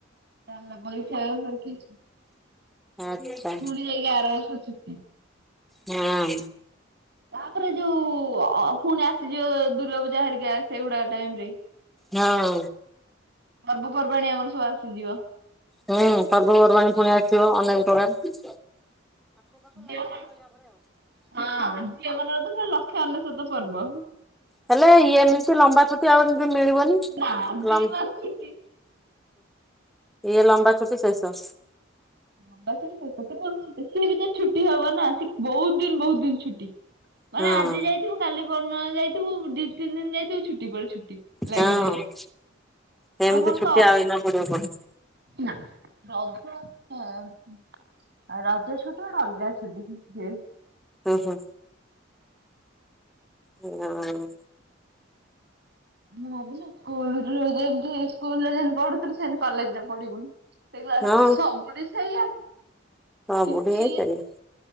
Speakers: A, on the right (about 55°); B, in the centre.
A: ଚାଲିଲା ପରୀକ୍ଷା ପରା
B: ଆଚ୍ଛା
A: ପୁଣି ଯାଇକି ଆର ବର୍ଷ ଛୁ
B: ହଁ।
A: ତାପରେ ଯୋଉ ଅ ପୁଣି ଆସିଯିବ ଦୁର୍ଗା ପୂଜା ହେରିକା ସେଇଗୁଡା ଟାଇମ ରେ।
B: ହଁ।
A: ପର୍ବପର୍ବାଣି ଆମର ସବୁ ଆସିଯିବ।
B: ହୁଁ ପର୍ବପର୍ବାଣୀ ପୁଣି ଆସିବ ଅନେକ। ଗୁଡ଼ାକ।
A: ଝିଅ ମ ହଁ ଝିଅ ମାନଙ୍କର ତ ଲକ୍ଷେ ଅନେଶୋତ ପର୍ବ।
B: ହେଲେ ଏମିତି ଲମ୍ବା ଛୁଟି ଆଉ ମିଳିବନି
A: ନା ଦି
B: ଆ
A: ମାସ ଛୁଟି।
B: ଇଏ ଲମ୍ବା ଛୁଟି ଶେଷ।
A: ଲମ୍ବା କିନ୍ତୁ ସିଏ ବି ତ ଛୁଟି ହବନି। ନା ସେ ବହୁତ ଦିନ ବହୁତ ଦିନ ଛୁଟି। ମାନେ
B: ହଁ
A: ଆଜି ଯାଇଥିବୁ କାଲି <unintelligible> ନ ଯାଇଥିବୁ ଦି ତିନି ଦିନ ଯାଇଥିବୁ ଛୁଟି ପରେ ଛୁଟି। ଲାଗିଯିବ
B: ହଁ। ସେମିତି
A: ଆମର
B: ଛୁଟି
A: ତ
B: ଆଉ ଏଇନା ପଡିବ କଣ?
A: ନା ବା ବା ହଁ ରଜ ଛୁଟି ଗୋଟେ ଅଲଗା ଛୁଟି ସିଏ।
B: ଓ ହୋ। ହଁ।
A: ମୁଁ ଭାବିଲି ସ୍କୁଲରେ ଜାଇଙ୍କି ସ୍କୁଲରେ ଯେମିତି ପଢୁଥିଲୁ ସେମତି କଲେଜରେ ପଢିବୁନି। ସେ କ୍ଲାସ
B: ହଁ
A: ସବୁଠି ସେଇଆ।
B: ସବୁଠି
A: କିଛି
B: ସେୟା